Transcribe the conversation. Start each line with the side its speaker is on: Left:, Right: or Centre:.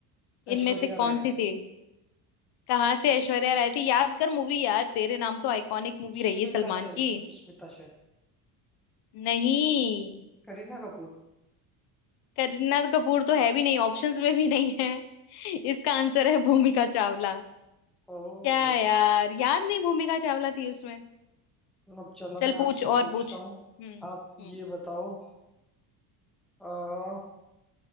Centre: ऐश्वर्या
Left: इनमें से कौन
Centre: राय
Left: सी थी कहाँ से ऐश्वर्या राय थी याद कर मूवी यार तेरे नाम तो आइकॉनिक मूवी
Centre: सुष्मिता
Left: रही है सलमान
Centre: सेन
Left: की
Centre: सुष्मिता सेन
Left: नहीं
Centre: करीना कपूर
Left: करीना कपूर तो है भी नहीं ऑप्शंस में भी नहीं है इसका आंसर है भूमिका चावला
Centre: ओ
Left: क्या यार याद नहीं भूमिका चावला थी उसमें
Centre: अब चलो
Left: चल
Centre: मैं आपसे
Left: पूछ और
Centre: पूछता
Left: पूछ
Centre: हूँ
Left: हम्म
Centre: आप
Left: हम्म
Centre: ये बताओ आ,